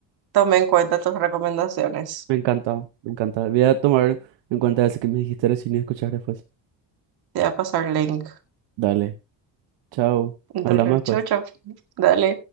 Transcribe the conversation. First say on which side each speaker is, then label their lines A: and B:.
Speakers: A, on the right (about 55°); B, on the right (about 75°).
A: tomé en cuenta tus recomendaciones.
B: me encanta, me encanta. Voy a tomar en cuenta eso que me dijiste recién y escuchar después.
A: Te voy a pasar link.
B: Dale, chao. Hablamos
A: Dale,
B: después.
A: chau, chau. Dale.